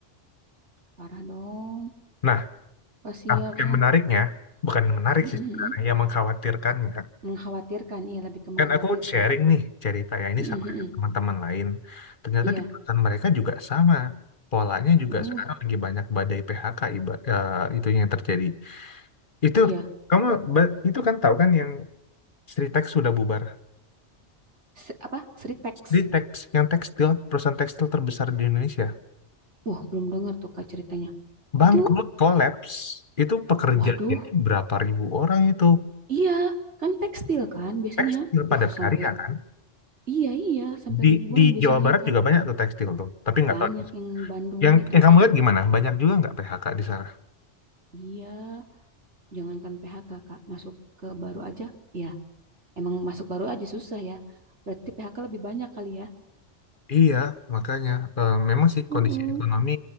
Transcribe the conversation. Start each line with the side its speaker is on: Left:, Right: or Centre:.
Right: Parah dong,
Left: Nah,
Right: kasihan.
Left: nah, yang menariknya, bukan menarik
Right: Mhm,
Left: sih
Right: mhm.
Left: sebenarnya, yang mengkhawatirkannya
Right: Mengkhawatirkan, iya lebih ke mengkhawatirkan.
Left: Kan aku sharing nih ceritanya ini
Right: Mhm,
Left: sama
Right: mhm.
Left: teman-teman lain. Ternyata
Right: Iya,
Left: di perusahaan mereka juga sama. Polanya juga
Right: uh,
Left: sekarang lagi banyak badai PHK iba, eh, itu yang terjadi. Itu
Right: iya.
Left: kamu ba- itu kan tahu kan yang Stritex sudah bubar.
Right: Se- apa? Sripex.
Left: Stritex yang tekstil, perusahaan tekstil terbesar di Indonesia,
Right: Wah, belum dengar tuh Kak ceritanya.
Left: bangkrut,
Right: Itu,
Left: collapse. Itu pekerjaannya
Right: waduh,
Left: berapa ribu orang itu.
Right: iya, kan tekstil kan biasanya.
Left: Tekstil padat
Right: Uh, sampai,
Left: karya kan.
Right: iya, iya, sampai
Left: Di
Right: ribuan
Left: di
Right: biasanya
Left: Jawa Barat
Right: karena
Left: juga banyak tuh tekstil tuh, tapi nggak
Right: banyak
Left: tahu
Right: yang Bandung
Left: yang
Right: itu
Left: yang kamu
Right: tuh.
Left: lihat gimana? Banyak juga nggak PHK di sana?
Right: Iya, jangankan PHK Kak, masuk ke baru aja. Ya, emang masuk baru aja susah ya. Berarti PHK lebih banyak kali ya.
Left: Iya, makanya eh, memang sih
Right: Uh-uh.
Left: kondisi ekonomi